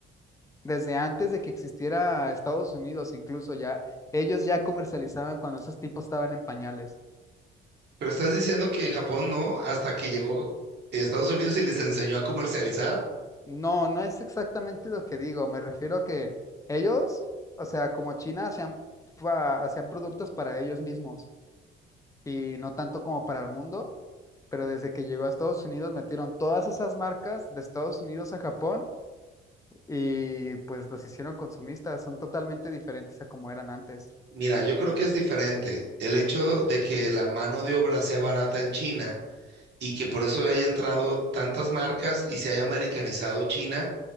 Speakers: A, on the left; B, on the right.
A: Desde antes de que existiera Estados Unidos, incluso ya, ellos ya comercializaban cuando esos tipos estaban en pañales.
B: Pero estás diciendo que Japón no, hasta que llegó Estados Unidos y les enseñó a comercializar.
A: No, no es exactamente lo que digo, me refiero a que ellos, o sea, como China, hacían, fa- hacían productos para ellos mismos y no tanto como para el mundo, pero desde que llegó a Estados Unidos metieron todas esas marcas de Estados Unidos a Japón y pues los hicieron consumistas, son totalmente diferentes a como eran antes.
B: Mira, yo creo que es diferente. El hecho de que la mano de obra sea barata en China y que por eso haya entrado tantas marcas y se haya americanizado China